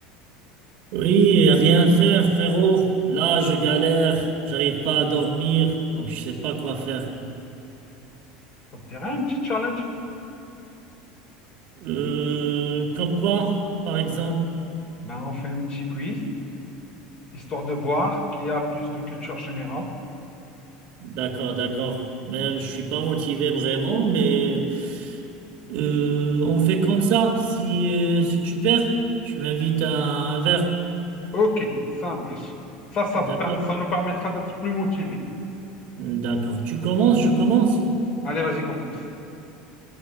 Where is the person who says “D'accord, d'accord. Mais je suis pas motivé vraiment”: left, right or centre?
Right